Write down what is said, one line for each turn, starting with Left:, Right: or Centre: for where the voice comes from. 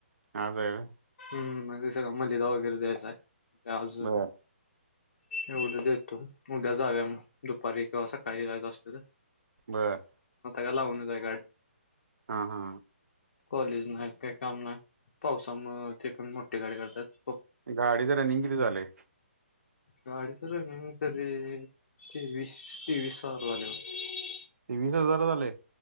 Right: असं.
Left: हम्म मगसम लि वगैरे दच आहेज.
Right: बर
Left: एवढं देत तो उद्या जाव्याग दुपारी किंवा असं काही जायच असत?
Right: बर.
Left: होलाऊन जा.
Right: हा हा.
Left: कॉलेज नाही काय काम नाही पावसामुळे ते पण मोठे गाडे करतात.
Right: गाडीच रनिंग किती झालेय?
Left: गाडीच म तरी तेवीस तेवीस हजार झालेवर?
Right: ते वीस हजार झालेल.